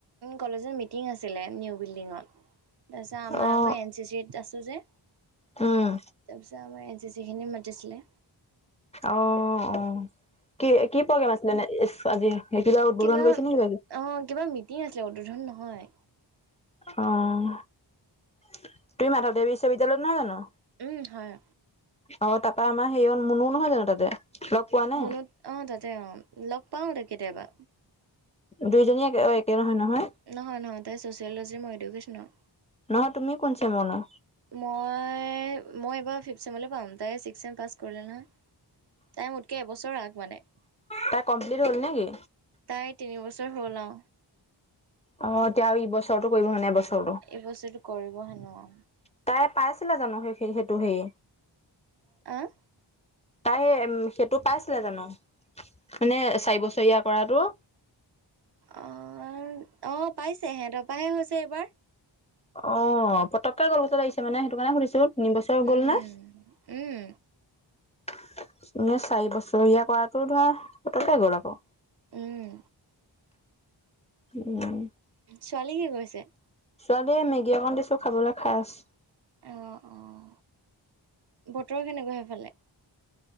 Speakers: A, on the right; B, on the left.
A: কলেজৰ মিটিং আছিলে, নিউ বিল্ডিঙৰ। তাৰপিছত আমাৰ
B: অ',
A: আকৌ এন চি চিতত আছো যে
B: উম।
A: তাৰপিছত আমাৰ এন চি চি খিনি মাতিছিলে।
B: অ অ কি কি প্ৰগ্ৰেম আছিলেনে আজি। উদ্বোধন
A: কিবা
B: কৰিছে নে কিবি?
A: অ কিবা মিটিং আছিলে উদদোধন নহয়।
B: অঁ। তুমি মাধৱদেৱ বিশ্ববিদ্যয়ালয়ত নহয় জানো।
A: উম হয়
B: অ তাৰ পৰা আমাৰ সেইয় মুনু নহয় জানো তাতে। লগ পোৱা নে?
A: মুনুত আহ তাতে অ লগ পাওতেই কেতিয়াবা।
B: দুইজনী একে অ একে নহয় নহয়।
A: নহয় নহয় তাই ছ'চিয়লজিৰ মই এডুকেছনৰ।
B: নহয় তুমি কোন ছেমৰ নো?
A: মই মই এইবাৰ ফিফথ ছেমলৈ পাম তাই ছিক্স ছেম পাছ কৰিলে নহয়। তাই মোতকে এবছৰ আগ মানে।
B: তাই কমপ্লিট হ'ল নেকি?
A: তাই তিনি বছৰ হ'ল আৰু।
B: অতিয়াও এই বছৰো কৰিব ন নাই এই বছৰটো।
A: এই বছৰটো কৰিব হে নোৱাৰোঁ।
B: তাই পাইছিলে জানো সেই সেইটো সেই।
A: আহ।
B: তাই উ সেইটো পাইছিলে জানো? মানে চাৰি বছৰীয়া কৰাতটো।
A: অঁ অঁ পাইছে হেতৰ পৰাহে হৈছে এইবাৰ।
B: অ পতককে গলঘাটতে লাগিছে মানে সেইটো কাৰণে সুধিছো। তিন বছৰ গ'ল
A: উম
B: নে?
A: উম
B: ত চাৰি বছৰীয়া কৰাটো ধৰা পতকে গ'ল আকৌ।
A: উম।
B: উম
A: ছোৱালী কি কৈছে?
B: ছোৱালীয়ে মেগী অকণ দিছোঁ খাবলৈ খাই আছে।
A: অঁ অঁ বতৰ কেনেকুৱা হেফালে?